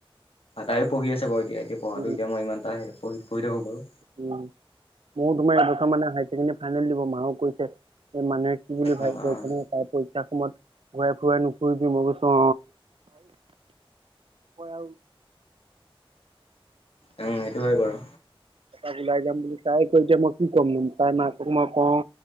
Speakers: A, on the left; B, on the right.
A: তাইয়ো পঢ়ি আছে বাৰু এতিয়া। এতিয়া পঢ়াটো
B: উম।
A: এতিয়া মই ইমান এটা হেৰি পঢ়ি থাকক বাৰু।
B: উম, ময়ো তোমাৰ এবছৰ মানে হায় ছেকেণ্ডাৰী ফাইনেল দিব, মাও কৈছে মানে কি বুলি ভাবিব,
A: অ'
B: তাই পৰীক্ষাৰ সময়ত ঘূৰাই-ফুৰাই নুফুৰিবি। মই কৈছো অ।
A: উম, সেইটো হয়
B: <unintelligible>
A: বাৰু
B: এপাক ওলাই যাম বুলি তাই কৈ এতিয়া মই কি ক'ম, তাই মাক ক মই কওঁ,